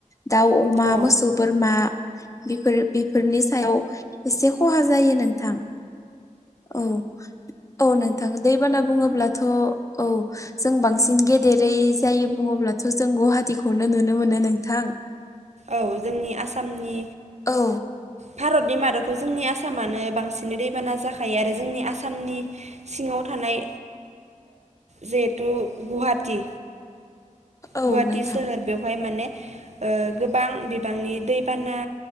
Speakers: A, on the left; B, on the right.
A: दाउ, अमा,
B: औ
A: मोसौ, बोरमा बेफोर बेफोरनि सायाव एसे खहा जायो नोंथां औ औ नोंथां दैबाना बुङोब्लाथ' औ जों बांसिन गेदेर जेरै जायो बुङोब्लाथ' जों गुवाहाटिखौनो नुनो मोनो नोंथां।
B: औ जोंनि आसामनि
A: औ
B: भारतनि मादावथ' जोंनि आसाम आसामानो बांसिनै दैबाना जाखायो आरो जोंनि आसामनि सिङाव थानाय जिहेथु गुवाहाटि
A: औ
B: गुवाहाटि
A: नोंथां
B: सोहोर बेवहाय माने ओ गोबां बिबांनि दैबाना